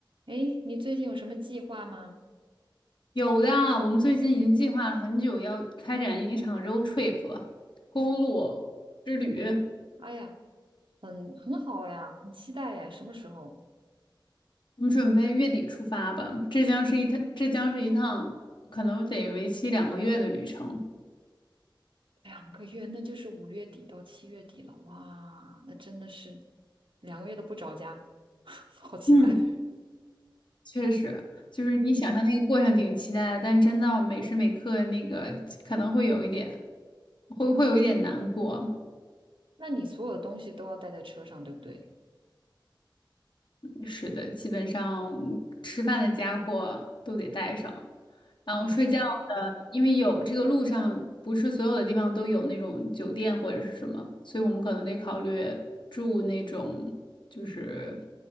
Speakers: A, on the right; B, on the left.
A: 诶，你最近有什么计划吗？
B: 有的啊，我们最近已经计划了很久，要开展一场 road trip 了，公路之旅。
A: 哎呀，很很好呀，很期待呀。什么时候？
B: 我们准备月底出发吧，这将是一趟，这将是一趟可能得为期两个月的旅程。
A: 两个月，那就是五月底到七月底了。哇，那真的是两个月都不着家，<laughs> 好期待。
B: 嗯，确实，就是你想象那个过程挺期待的，但真到每时每刻那个可能会有一点，会会有一点难过。
A: <laughs> 那你所有的东西都要带在车上，对不对？
B: 是的，基本上吃饭的家伙都得带上，然后睡觉的，
A: 对，
B: 因为有这个路上不是所有的地方都有那种酒店或者是什么，所以我们可能得考虑住那种就是